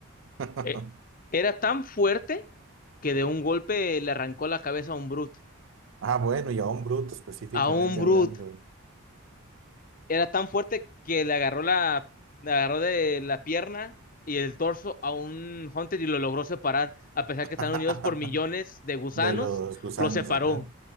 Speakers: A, on the right (about 60°); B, on the left (about 40°).
A: <laughs>
B: Eh, era tan fuerte que de un golpe le arrancó la cabeza a un Brute.
A: Ah, bueno, y a un bruto específicamente
B: A un Brute.
A: hablando.
B: Era tan fuerte que le agarró la, le agarró de la pierna y el torso a un Hunter y lo logró separar. A pesar
A: <laughs>
B: que están unidos por millones de gusanos,
A: De los gusanos,
B: lo separó.
A: ajá.